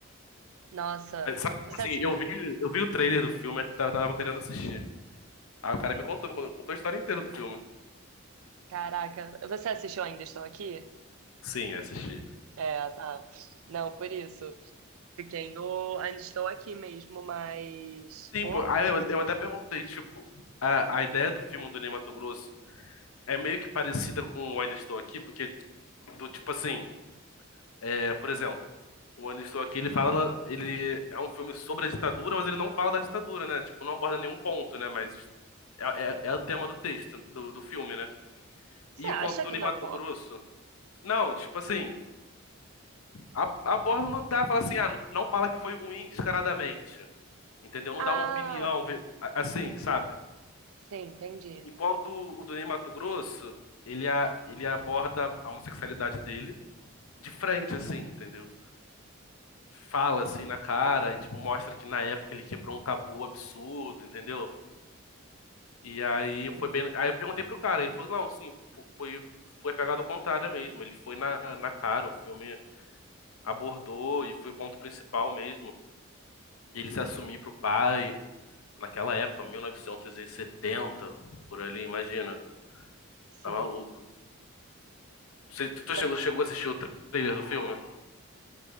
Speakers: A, on the right; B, on the left.
A: Nossa.
B: Aí, Sabe,
A: Você
B: tipo assim,
A: assi...
B: eu vi, eu vi o trailer do filme, eu tava tava querendo assistir. Aí o cara me contou, me contou contou a história inteira do filme.
A: Caraca. Você assistiu Ainda Estou Aqui?
B: Sim, assisti.
A: É, tá. Não, por isso. Fiquei no. Ainda estou aqui mesmo, mas.
B: Sim,
A: Pô,
B: pô, aí eu, eu até perguntei, tipo, a, a ideia do filme do Ney Matogrosso é meio que parecida com o Ainda Estou Aqui, porque do tipo assim, É, por exemplo, o Onde Estou Aqui, ele fala, ele é um filme sobre a ditadura, mas ele não fala da ditadura, né? Tipo, não aborda nenhum ponto, né? Mas é, é- é o tema do texto, do, do filme, né?
A: você
B: E
A: acha
B: o Conto do
A: que
B: Ney
A: na
B: Matogrosso?
A: pó.
B: Não, tipo assim, a, aborda não dá, fala assim, ah, não fala que foi ruim descaradamente, entendeu? Não
A: Ah,
B: dá uma opinião, vê- a- assim, sabe?
A: sim, entendi.
B: Enquanto o do Ney Matogrosso, ele, a, ele aborda a homossexualidade dele de frente, assim, entendeu? fala assim na cara e tipo mostra que na época ele quebrou um tabu absurdo, entendeu? E aí
A: Sim,
B: foi bem, aí eu perguntei pro cara, ele falou: "Não, assim, fo- foi foi pegado ao contrário mesmo, ele foi na na cara, o filme abordou e foi o ponto principal mesmo. Ele se assumir pro pai naquela época, 1970, por ali, imagina.
A: sim.
B: Tá maluco. Você, tu, tu
A: Não,
B: chegou, chegou a assistir o trailer do filme?